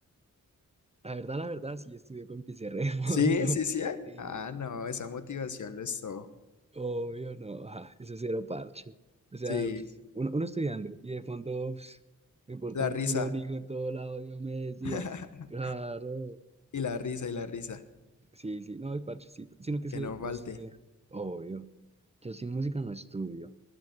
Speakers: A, on the right (about 20°); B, on the left (about 65°).
A: La verdad, la verdad, sí estudió con pizarra de fondo.
B: Sí, sí, sí. ¿eh?
A: Y
B: Ah, no, esa motivación lo es todo.
A: obvio, no, ah, eso es cero parche. O sea,
B: Sí,
A: pues, uno, uno estudiando y de fondo pues, me importa
B: la
A: un
B: risa.
A: culo, un hijo en todo lado, yo me decías.
B: <laughs>
A: Claro,
B: Y la risa, y la risa.
A: sí, sí, no es parchecito. Sino que es
B: Que
A: que,
B: no
A: no
B: falte.
A: sé, obvio. Yo sin música no estudio.